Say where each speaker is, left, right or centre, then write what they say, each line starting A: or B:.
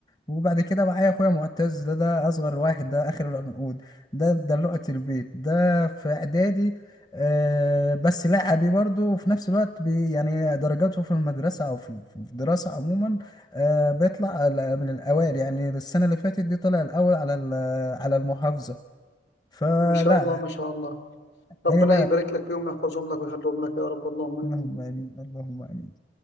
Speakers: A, on the left; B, on the left.
A: وبعد كده معايا اخويا معتز ده ده اصغر واحد ده اخر العنقود ده ده لقطة البيت ده في اعدادي آه بس لعبي برضه وفي نفس الوقت بي يعني درجاته في المدرسة او في في الدراسة عموما آه بيطلع ال- من الاوائل يعني السنة اللي فاتت دي طلع الاول على ال- على المحافظة فلا
B: ما شاء الله ما شاء الله ربنا
A: عيلة
B: يبارك لك فيهم ويحفظهم لك ويخليهم لك يا رب اللهم آمين
A: اللهم امين اللهم امين